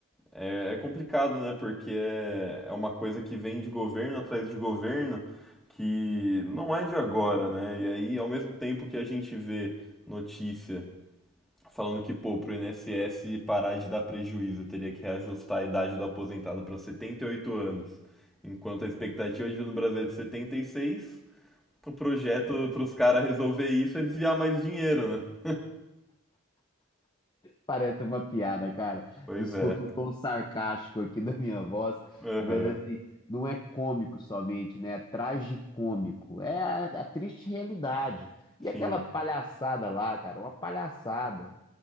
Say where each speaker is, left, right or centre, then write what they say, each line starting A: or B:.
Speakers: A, in the centre; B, on the left (about 20°).
A: é, é complicado, né? Porque é, é uma coisa que vem de governo atrás de governo que não é de agora, né? E aí, ao mesmo tempo que a gente vê notícia Falando que, pô, pro INSS parar de dar prejuízo, teria que reajustar a idade do aposentado para 78 anos. Enquanto a expectativa de vida no Brasil é de 76. o projeto para os caras resolver isso é desviar mais dinheiro, né?
B: parece uma piada, cara.
A: Pois
B: Desculpe
A: é.
B: o tom sarcástico aqui da minha voz,
A: Aham.
B: mas assim, não é cômico somente, né? É tragicômico. É a, a triste realidade. E
A: Sim.
B: aquela palhaçada lá, cara, uma palhaçada.